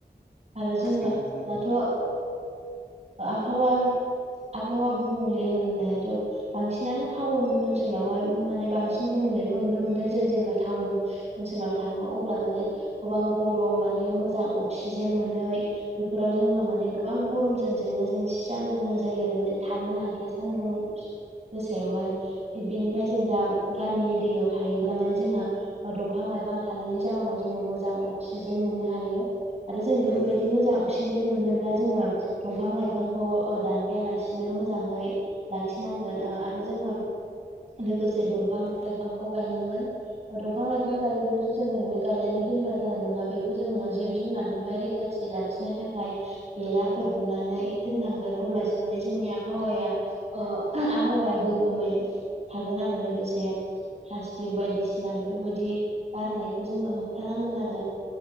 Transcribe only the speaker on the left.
मानसिखौ लागासिनो आंथ'
उम
उम
उम